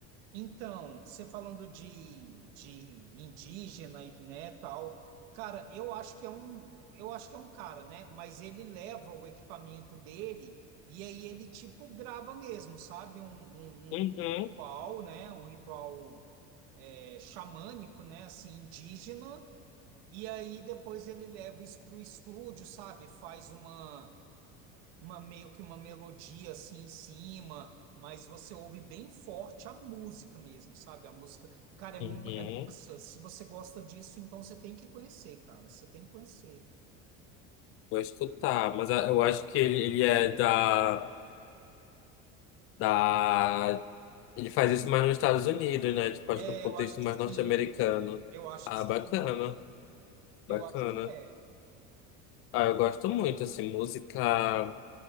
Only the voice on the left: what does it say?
Uhum,
uhum.
Vou escutar, mas a- eu acho que ele, ele é da. da... Ele faz isso mais nos Estados Unidos, né? Tipo,
acho que no contexto
mais
norte-americano.
Ah,
bacana,
bacana.
Ah, eu gosto muito, assim, música,